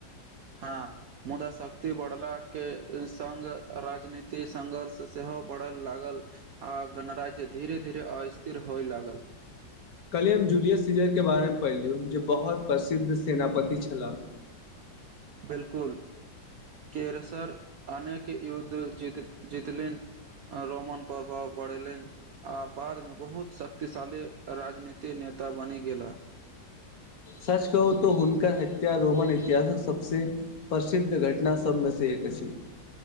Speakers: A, on the right; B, on the left.
A: हा मुदा शक्ति बढ़ला के संग राजनीतिक संघर्ष सेहो बढ़ल लागल आ गणराज्य धीरे धीरे अस्थिर होइ लागल
B: कल्हि हम जूलियस सीजरके बारेमे पढ़लियु जे बहुत प्रसिद्ध सेनापति छलाह
A: बिल्कुल केयसर अनेक युद्ध जीत जितलेन रोमन प्रभाव बडे लेन आ बाद में बहुत शक्तिशाली राजनीतिक नेता बनि गेला
B: सच कहु त हुनकर हत्या रोमन इतिहासक सबसे प्रसिद्ध घटना सब में से एक छी